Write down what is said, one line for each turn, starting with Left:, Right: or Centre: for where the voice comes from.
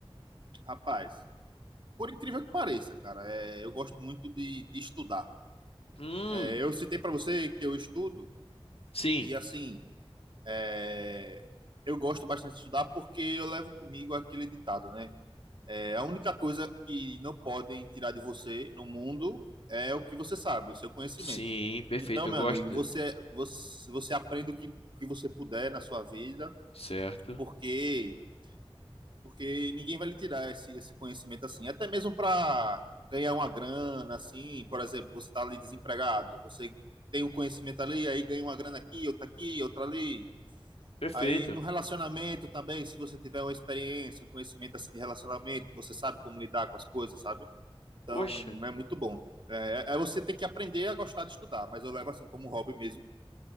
Right: rapaz, por incrível que pareça, cara, é, eu gosto muito de, de estudar.
Left: Hum,
Right: É, eu citei para você que eu estudo
Left: sim,
Right: e assim, é, eu gosto bastante de estudar porque eu levo comigo aquele ditado, né? É, a única coisa que não podem tirar de você no mundo é o que você sabe, o seu conhecimento.
Left: sim, perfeito,
Right: Então,
Left: eu
Right: meu
Left: gosto,
Right: amigo, você, você, você aprende o que, o que você puder na sua vida,
Left: certo.
Right: porque porque ninguém vai lhe tirar esse, esse conhecimento assim. Até mesmo para ganhar uma grana, assim, por exemplo, você está ali desempregado, você tem um conhecimento ali, aí ganha uma grana aqui, outra aqui, outra ali.
Left: Perfeito.
Right: Aí no relacionamento também, se você tiver uma experiência, um conhecimento assim de relacionamento, você sabe como lidar com as coisas, sabe? Então
Left: Poxa,
Right: é muito bom. É, é você tem que aprender a gostar de estudar, mas eu levo assim como hobby mesmo